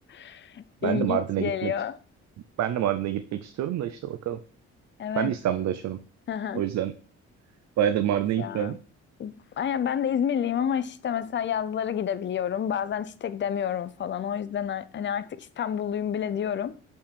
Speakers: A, on the left; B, on the right.
A: <laughs> İlginç
B: Ben de Mardin'e
A: geliyor.
B: gitmek ben de Mardin'e gitmek istiyorum da işte bakalım.
A: Evet.
B: Ben de İstanbul'da yaşıyorum.
A: Hı hı.
B: O yüzden bayağıdır Mardin'e
A: Ya.
B: gitmiyorum.
A: Aynen ben de İzmirliyim ama işte mesela yazları gidebiliyorum. Bazen işte gidemiyorum falan. O yüzden a- hani artık İstanbulluyum bile diyorum.